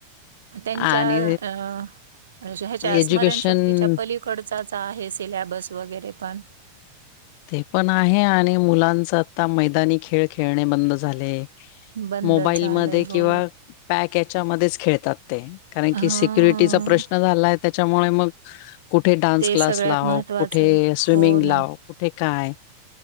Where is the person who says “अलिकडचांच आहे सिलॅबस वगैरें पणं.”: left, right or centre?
Right